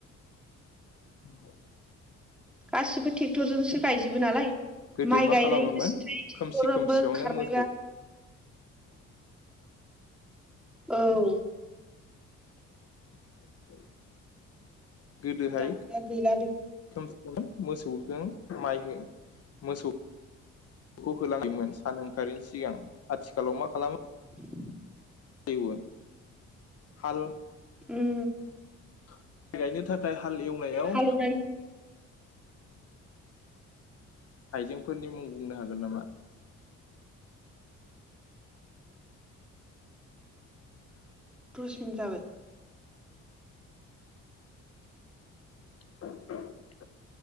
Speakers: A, on the left; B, in the centre.
A: <inaudible>
B: गासिबो टेक्टरजोंसो गायजोबो नालाय
A: गोदो
B: माइ
A: मा
B: गायनायनिबो
A: खालामोमोन
B: सिनथाय टेक्टरबो
A: खोमसि खोमसियावनो
B: ओंखारबायबा।
A: मोसौखौ
B: औ
A: <inaudible> गोदोहाय
B: दानिया गैला बे
A: खोमसि मोसौजों माइ हो मोसौ खौ होलाङोमोन सान ओंखारैनि सिगां आथिखालाव मा खालामो?
B: <inaudible>
A: एवो हाल
B: उम
A: माइ गायनो थाखाय हाल एवनायाव
B: हालेवनाय
A: आयजेंफोरनि मुं बुंनो हागोन नामा?
B: <unintelligible> जाबाय।
A: <inaudible>